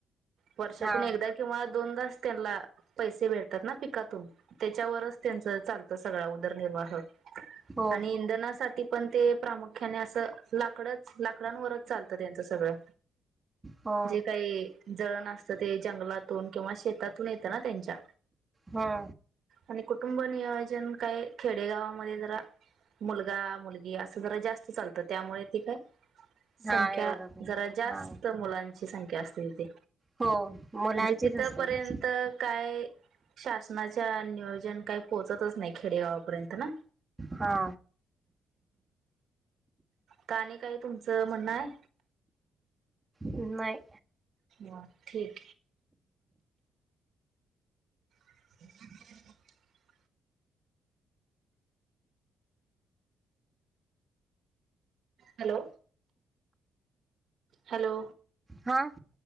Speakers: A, on the right; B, on the right.
A: वर्षातून
B: हा
A: एकदा किंवा दोनदाच त्यांना पैसे भेटतात ना पिकातून त्याच्यावरच त्यांच चालतं सगळा उदरनिर्वाह
B: हो
A: आणि इंधनासाठी पण ते. प्रामुख्याने असं लाकडच लाकडांवरच चालतं त्यांचं सगळं.
B: हो
A: जे काही. जळण असतं ते जंगलातून किंवा शेतातून येतं ना त्यांच्या.
B: हा.
A: आणि कुटुंब नियोजन काय खेडेगावामध्ये जरा. मुलगा मुलगी असं जरा जास्त चालतं त्यामुळे ती काय
B: हा
A: संख्या
B: एवढं काय
A: जरा जास्त
B: हा.
A: मुलांची संख्या असते तिथे.
B: हो मुलांचीच
A: म्हणजे तिथपर्यंत
B: असतात
A: काय. शासनाच्या नियोजन काही पोहोचतच नाही खेडेगावापर्यंत ना.
B: हा.
A: का आणि काय तुमचं म्हणणं आहे?
B: नाही.
A: ह ठीक. <inaudible> Hello hello.
B: हा.